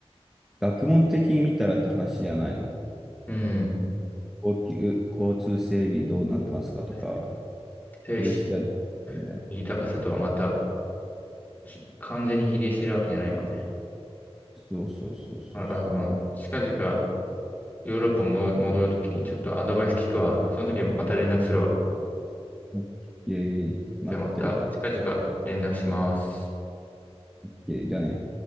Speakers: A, in the centre; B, on the left (about 15°).
A: 学問的に見たらって話じゃないの。
B: うん。
A: 高級、交通整備どうなってますかとか、
B: 確かに。精神
A: ヘルスケアどうなってますかみたいな。
B: 豊かさとはまたひ完全に比例してるわけじゃないもんね。
A: そうそうそうそうそ
B: あ、あの、近々ヨーロッパも戻るときにちょっとアドバイス聞くわ。その時また連絡するわ。
A: う。オッケー、待ってるわ。
B: じゃあまた近々連絡します。
A: オッケー、じゃあね。